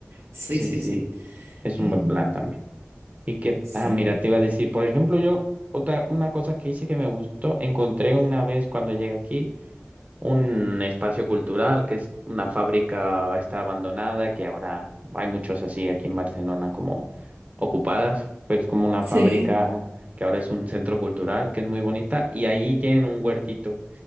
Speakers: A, on the right; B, on the right.
A: Sí,
B: Sí,
A: sí,
B: sí,
A: sí.
B: es
A: Em,
B: un buen plan también. Y que,
A: sí,
B: ah, mira, te iba a decir, por ejemplo, yo, otra, una cosa que hice que me gustó, encontré una vez cuando llegué aquí un espacio cultural que es una fábrica, está abandonada, que ahora hay muchos así aquí en Barcelona como ocupadas, pero es como una
A: sí.
B: fábrica que ahora es un centro cultural, que es muy bonita, y ahí tienen un huertito.